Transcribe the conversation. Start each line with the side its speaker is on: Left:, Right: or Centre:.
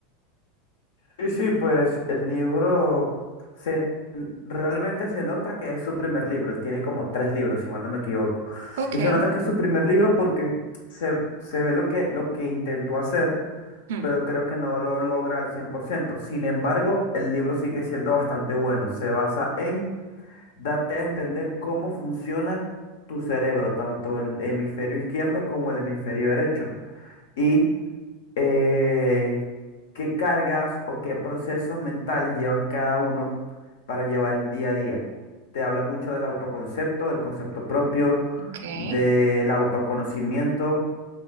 Left: Sí, sí, pues el libro se, realmente se nota que es su primer libro. Él tiene como tres libros, si mal no me equivoco.
Right: Ok,
Left: Y se nota que es su primer libro porque se, se ve lo que, lo que intentó hacer,
Right: hmm,
Left: pero creo que no lo logra al cien por ciento Sin embargo, el libro sigue siendo bastante bueno. Se basa en darte a entender cómo funciona tu cerebro, tanto el hemisferio izquierdo como el hemisferio derecho. Y eh, qué cargas o qué procesos mentales llevan cada uno para llevar el día a día. Te habla mucho del autoconcepto, del concepto propio,
Right: ok,
Left: del autoconocimiento